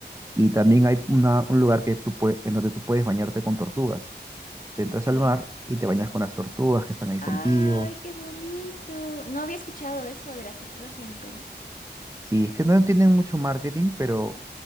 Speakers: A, on the right; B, on the left.
A: Y también hay una, un lugar que tú pue- en donde tú puedes bañarte con tortugas. Te entras
B: ok.
A: al mar y te bañas con las tortugas que están ahí
B: Ay,
A: contigo.
B: qué bonito. No había escuchado eso de las tortugas en Perú.
A: Sí, es que no tienen mucho marketing, pero